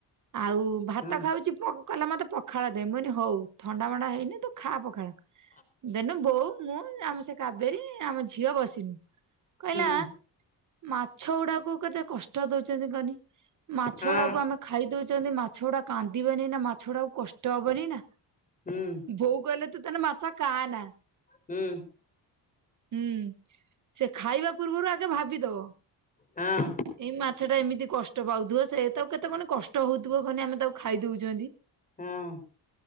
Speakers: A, on the right; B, on the left.
A: ଆଉ ଭାତ
B: ହୁଁ।
A: ଖାଉଚି ପକ୍ କହିଲା ମତେ ପଖାଳ ଦେ ମୁଁ କହିନି ହଉ ଥଣ୍ଡା ମଣ୍ଡା ହେଇନି ତୁ ଖା ପଖାଳ।
B: ହଁ।
A: ଦେନ ବୋଉ ମୁଁ ଆମ ସେ କାବେରୀ ଆମ ଝିଅ ବସିନୁ କଇଲା
B: ହୁଁ
A: ମାଛ ଗୁଡାକୁ କେତେ କଷ୍ଟ ଦଉଚନ୍ତି କନି ମାଛ
B: ହଁ।
A: ଗୁଡାକୁ ଆମେ ଖାଇ ଦଉଛୁ। କହୁଛନ୍ତି ମାଛ ଗୁଡା କାନ୍ଦିବନି ନା ମାଛ ଗୁଡା ଆକୁ କଷ୍ଟ ହବନି ନା।
B: ହୁଁ
A: ବୋଉ କହିଲା ତୁ ତାନେ ମାଛ ଖାଆ ନା
B: ହୁଁ
A: ହୁଁ। ସେ ଖାଇବା ପୂର୍ବରୁ ଆଗେ ଭାବିଦବ।
B: ହଁ।
A: ଏଇ ମାଛ ଟା ଏମିତି କଷ୍ଟ ପାଉଥିବ ସେ ତ କେତେ କଣ କଷ୍ଟ ହଉଥିବ କହନି ଆମେ ତାକୁ ଖାଇ ଦଉଛନ୍ତି।
B: ହଁ।